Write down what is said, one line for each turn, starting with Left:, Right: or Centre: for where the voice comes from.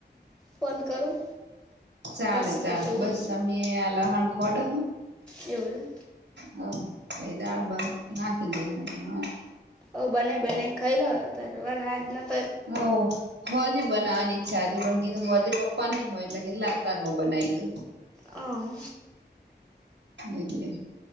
Centre: ફોન કરું.
Right: ચાલે
Centre: પછી
Right: ચાલે
Centre: કીધું
Right: બસ અમે આ લહણ ખોડહ
Centre: એવું એમ
Right: હોવ પહિ દાળ બાડ નાખી દે હહ
Centre: ઓવ બનાઈ બનાઈ ને ખઈલો હવે અતાર હવાર હાજ નથ
Right: હોવ હું હજી બનાવાની. ખ્યાતિ પણ કીધું હોજે પપ્પા ની હોય એટલે કેટલા અતારમાં બનાવી દઉં.
Centre: હં
Right: એટલે